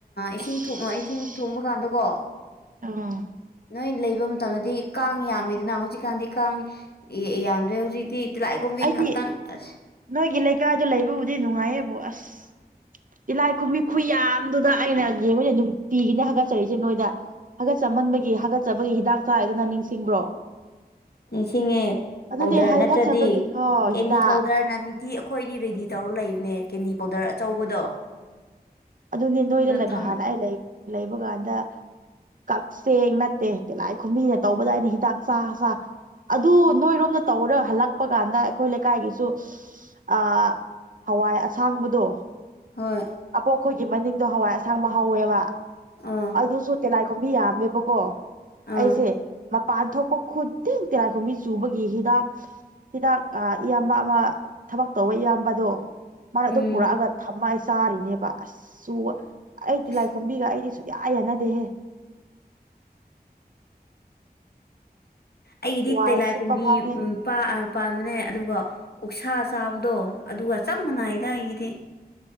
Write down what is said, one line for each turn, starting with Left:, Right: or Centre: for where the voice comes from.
Left: ꯏꯁꯤꯡ
Right: ꯑꯁ
Left: ꯏꯁꯤꯡ ꯊꯣꯡꯕ ꯀꯥꯟꯗꯀꯣ
Right: ꯎꯝ
Left: ꯅꯣꯏ ꯂꯩꯕꯝ ꯇꯜꯂꯗꯤ ꯀꯥꯡ ꯌꯥꯝꯃꯦꯗꯅ ꯍꯧꯖꯤꯛꯀꯥꯟꯗꯤ ꯀꯥꯡ ꯌꯥꯝꯗ꯭ꯔꯦ ꯍꯧꯖꯤꯛꯇꯤ ꯇꯤꯂꯥꯏ ꯀꯨꯝꯕꯤ
Right: ꯑꯩꯗꯤ
Left: ꯉꯥꯛꯇꯪ ꯑꯁ
Right: ꯅꯣꯏꯒꯤ ꯂꯩꯀꯥꯏꯗꯨ ꯂꯩꯕꯕꯨꯗꯤ ꯅꯨꯡꯉꯥꯏꯌꯦꯕꯨ ꯑꯁ ꯇꯤꯂꯥꯏ ꯈꯨꯨꯝꯕꯤ ꯈꯨ ꯌꯥꯝꯗꯨꯗ ꯑꯩꯅ ꯌꯦꯡꯉꯨꯅꯦ ꯅꯨꯡꯇꯤꯒꯤꯅꯦ ꯍꯥꯒꯠꯆꯔꯛꯏꯁꯦ ꯅꯣꯏꯗ ꯍꯥꯒꯠꯆꯃꯟꯕꯒꯤ ꯍꯥꯒꯠꯆꯕꯒꯤ ꯍꯤꯗꯥꯛ ꯆꯥꯏꯗꯣ ꯅꯪ ꯅꯤꯡꯁꯤꯡꯕ꯭ꯔꯣ
Left: ꯅꯤꯡꯁꯤꯡꯉꯦ
Right: ꯑꯗꯨꯅꯦ
Left: ꯄꯥꯎꯗꯔ
Right: ꯍꯥꯒꯠꯆꯕꯒꯤ
Left: ꯅꯠꯇ꯭ꯔꯗꯤ
Right: ꯍꯣ
Left: ꯀꯦꯟꯗꯤ
Right: ꯍꯤꯗꯥꯛ
Left: ꯄꯥꯎꯗꯔ ꯅ ꯅꯤꯇꯤ ꯑꯩꯈꯣꯏꯗꯤ ꯔꯦꯗꯤ ꯇꯧꯔ ꯂꯩꯕꯅꯦ ꯀꯦꯟꯗꯤ ꯄꯥꯎꯗꯔ ꯑꯆꯧꯕꯗꯣ
Right: ꯑꯗꯨꯅꯤ ꯅꯣꯏꯗ
Left: ꯑꯗ ꯊꯝ
Right: ꯍꯥꯟꯅ ꯑꯩ ꯂꯩ ꯂꯩꯕ ꯀꯥꯟꯗ ꯀꯛꯆꯦꯡ ꯅꯠꯇꯦ ꯇꯤꯂꯥꯏ ꯈꯨꯨꯝꯕꯤꯅ ꯇꯧꯕꯗꯏꯩꯅ ꯍꯤꯗꯥꯛ ꯆꯥ ꯆꯥ ꯑꯗꯨ ꯅꯣꯏꯔꯣꯝꯗ ꯇꯧꯔ ꯍꯜꯂꯛꯄ ꯀꯥꯟꯗ ꯑꯩꯈꯣꯏ ꯂꯩꯀꯥꯏꯒꯤꯁꯨ ꯑꯥ ꯍꯋꯥꯏ ꯑꯁꯥꯡꯕꯗꯣ
Left: ꯍꯣꯏ
Right: ꯍꯣ ꯑꯩꯈꯣꯏꯒꯤ ꯃꯅꯤꯡꯗꯣ ꯍꯋꯥꯏ ꯑꯁꯥꯡꯕ ꯍꯧꯋꯦꯕ
Left: ꯑꯥ
Right: ꯑꯗꯨꯁꯨ ꯇꯦꯂꯥꯏ ꯈꯣꯝꯕꯤ ꯌꯥꯝꯃꯦꯕꯀꯣ
Left: ꯑꯥ
Right: ꯑꯩꯁꯦ ꯃꯄꯥꯟ ꯊꯣꯛꯄ ꯈꯨꯠꯇꯤꯟ ꯇꯤꯔꯥꯏꯈꯨꯝꯕꯤ ꯆꯨꯕꯒꯤ ꯍꯤꯗꯥꯛ ꯍꯤꯗꯥꯛ ꯏꯌꯥꯝꯕ ꯑꯃ ꯊꯕꯛ ꯇꯧꯕ ꯏꯌꯥꯝꯕꯗꯣ ꯃꯥꯅ ꯑꯗꯨꯝ
Left: ꯎꯝ
Right: ꯄꯨꯔꯛꯑꯒ ꯊꯝꯃꯥ ꯑꯩ ꯆꯥꯔꯤꯅꯦꯕ ꯑꯁꯁꯨ ꯑꯩ ꯇꯗꯤꯂꯥꯏꯈꯨꯝꯕꯤꯒ
Left: ꯑꯁ
Right: ꯑꯩꯗꯤ ꯌꯥ ꯌꯥꯅꯗꯦꯍꯦ
Left: ꯑꯩꯗꯤ
Right: ꯋꯥꯏ
Left: ꯇꯤꯂꯥꯏ
Right: ꯁꯤꯠꯄ
Left: ꯀꯨꯝꯕꯤ
Right: ꯐꯥꯎꯅꯦ
Left: ꯎꯝ ꯄꯥ ꯑꯥ ꯄꯥꯟꯕꯅꯦ ꯑꯗꯨꯒ ꯎꯛꯁꯥ ꯆꯥꯕꯗꯣ ꯑꯗꯨꯒ ꯆꯞ ꯃꯥꯟꯅꯩꯗ ꯑꯩꯒꯤꯗꯤ